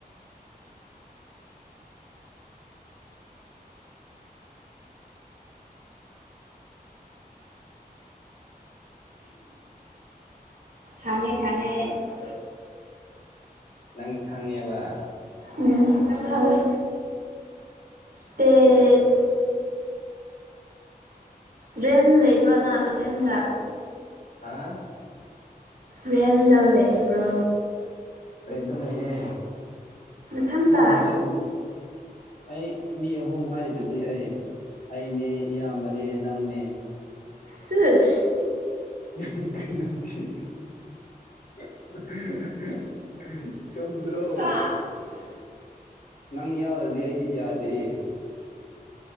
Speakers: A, on the right; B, on the left.
A: ꯍꯥꯡꯉꯦ ꯈꯉꯦ <unintelligible>
B: ꯅꯪ ꯈꯪꯉꯦꯕ
A: ꯎꯝ ꯈꯪꯉꯦ ꯇꯦ <unintelligible> ꯔꯦꯟ ꯂꯩꯕꯔꯅ ꯔꯦꯟꯗ
B: ꯍꯥ <unintelligible>
A: ꯔꯦꯟꯗ ꯂꯩꯕ꯭ꯔꯣ
B: ꯔꯦꯟꯗ ꯂꯩꯌꯦ
A: ꯅꯊꯟꯇ
B: ꯅꯪ ꯍꯣꯁꯇꯦꯜ ꯑꯩ ꯃꯤ ꯑꯍꯨꯝ ꯍꯥꯏꯔꯤꯗꯨꯗꯤ ꯑꯩ ꯑꯩꯅꯦ ꯏꯌꯥꯝꯕꯅꯦ ꯅꯪꯅꯦ
A: ꯁꯁ <unintelligible> <inaudible>
B: <unintelligible> ꯀꯩꯅꯣꯁꯤ <unintelligible> ꯆꯨꯝꯗꯔꯣ
A: ꯁꯥꯁ
B: ꯅꯪ ꯌꯥꯎꯗꯗꯤ ꯑꯩꯗꯤ ꯌꯥꯗꯦ